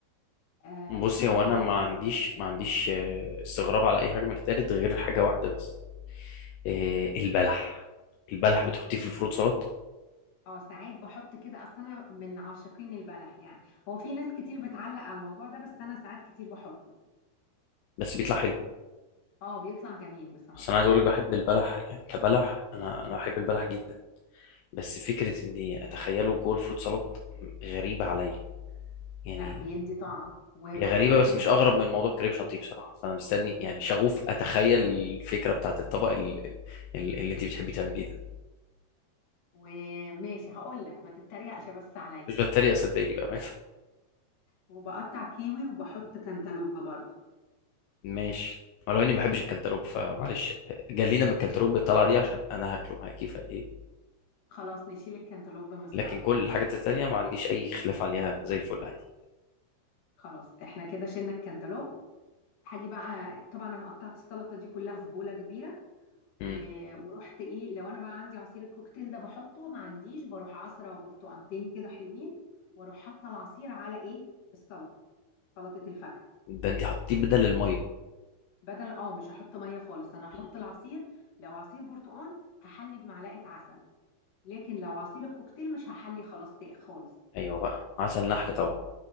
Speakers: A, on the left; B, on the left.
A: آه
B: بصي
A: كل
B: هو
A: ده
B: انا
A: بقطع
B: ما عنديش ما عنديش آه، استغراب على اي حاجه من اللي اتقالت غير حاجه واحده بس آه، البلح البلح بتحطيه في الفروت سلطه
A: اه ساعات بحط كده اصل انا من عاشقين البلح يعني هو في ناس كتير بتعلق على الموضوع ده بس انا ساعات كتير بحطه
B: بس بيطلع حلو
A: اه بيطلع جميل بصراحه
B: بس انا عايز اقول لك بحب البلح يعني كبلح انا انا بحب البلح جدا بس فكره اني اتخيله جوه الفروت سلطه غريبه عليا يعني
A: لا بيدي طعم وبحط
B: هي غريبه
A: كمان
B: بس مش اغرب من موضوع كريم شانتيه بصراحه فانا مستني يعني شغوف اتخيل الفكره بتاعت الطبق اللي, اللي انت بتحبي تعمليه ده
A: وماشي هقول لك ما تتريقش بس عليا
B: مش بتريق صدقيني بقى
A: وبقطع كيوي وبحط كانتالوب برضو
B: ماشي ولو اني ما بحبش الكنتالوب فمعلش جلينا من الكنتالوب بالطلعه دي عشان انا هاكله معاكي فايه
A: خلاص نشيل الكانتالوب من السلطه
B: لكن كل الحاجات التانيه ما عنديش اي خلاف عليها زي الفل عادي
A: خلاص احنا كده شلنا الكانتالوب هاجي بقى طبعا انا قطعت السلطه دي كلها في بوله كبيره و...
B: مم.
A: ورحت ايه لو انا بقى عندي عصير الكوكتيل ده بحطه ما عنديش بروح عصره وبرتقانتين كده حلوين واروح حاطه العصير على ايه السلطه سلطه الفاكهه
B: ده انت حطيه بدل الميه
A: بدل اه مش هحط ميه خالص انا هحط
B: مم.
A: العصير لو عصير برتقان هحلي بمعلقه عسل لكن لو عصير الكوكتيل مش هحلي خلاص تا- خالص
B: ايوه بقى عسل نحل طبعا